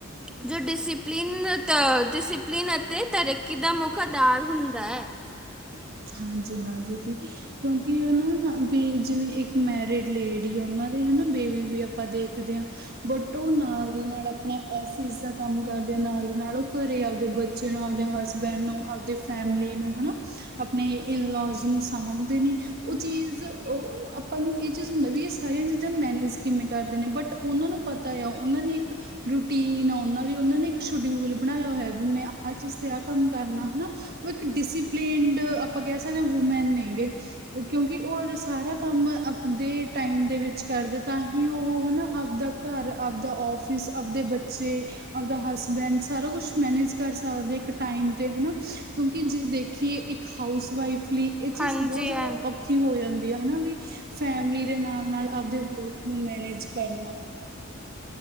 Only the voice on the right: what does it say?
ਹਾਂਜੀ-ਹਾਂਜੀ ਜੀ। ਕਿਉਂਕਿ ਹਨਾ ਵੀ ਜਿਵੇਂ ਇੱਕ ਮੈਰਿਡ ਲੇਡੀ ਆ ਉਹਨਾਂ ਦੇ ਹਨਾ ਬੇਬੀ ਵੀ ਆਪਾਂ ਦੇਖਦੇ ਆ ਬਟ ਉਹ ਨਾਲ ਦੀ ਨਾਲ ਆਪਣਾ ਔਫਿਸ ਦਾ ਕੰਮ ਕਰਦੇ ਨਾਲ ਦੀ ਨਾਲ ਉਹ ਘਰੇ ਆਪਦੇ ਬੱਚੇ ਨੂੰ ਆਪਦੇ ਹਸ ਬੈਡ ਨੂੰ ਆਪਦੀ ਫੈਮਿਲੀ ਨੂੰ ਹਨਾ ਆਪਣੇ ਇਨਲੌਸ ਨੂੰ ਸਾਂਭਦੇ ਨੇ ਉਹ ਚੀਜ਼ ਆਪਾਂ ਨੂੰ ਇਹ ਚੀਜ਼ ਹੁੰਦਾ ਵੀ ਸਾਰੀਆਂ ਚੀਜ਼ਾਂ ਮੈਨੇਜ ਕਿਵੇਂ ਕਰਦੇ ਨੇ ਬਟ ਉਹਨਾਂ ਨੂੰ ਪਤਾ ਆ ਉਹਨਾਂ ਨੇ ਇੱਕ ਰੂਟੀਨ ਆ ਦੇ ਉਹਨਾਂ ਨੇ ਇੱਕ ਸ਼ਡਿਊਲ ਬਣਾਇਆ ਹੋਇਆ ਵੀ ਮੈਂ ਆਹ ਚੀਜ਼ ਤੇ ਆਹ ਕੰਮ ਕਰਨਾ ਹਨਾ ਉਹ ਇੱਕ ਡਿਸਿਪਲੇਨਡ ਆਪਾਂ ਕਹਿ ਸਕਦੇ ਆ ਵੂਮੈਨ ਨੇਗੇ। ਕਿਉਂਕਿ ਉਹ ਸਾਰਾ ਕੰਮ ਆਪਦੇ ਟਾਈਮ ਦੇ ਵਿੱਚ ਕਰਦੇ ਤਾਂ ਹੀ ਉਹ ਹਨਾ ਆਪਦਾ ਘਰ ਆਬਦਾ ਔਫਿਸ ਆਬਦੇ ਬੱਚੇ ਆਪਦਾ ਹਸਬੈਂਡ ਸਾਰਾ ਕੁਛ ਮੈਨੇਜ ਕਰ ਸਕਦੇ ਇੱਕ ਟਾਈਮ ਤੇ ਹਨਾ ਕਿਉਂਕਿ ਜੇ ਦੇਖੀਏ ਇੱਕ ਹਾਊਸ ਵਾਈਫ ਲਈ ਇਹ ਚਿਜ
ਬਹੁਤ ਜ਼ਿਆਦਾ
ਔ ਔਖੀ ਹੋ ਜਾਂਦੀ ਆ, ਹਨਾ ਵੀ ਫੈਮਲੀ ਦੇ ਨਾਲ-ਨਾਲ ਆਪਦੇ ਵੋਕ ਨੂੰ ਮੈਨੇਜ ਕਰਨਾ।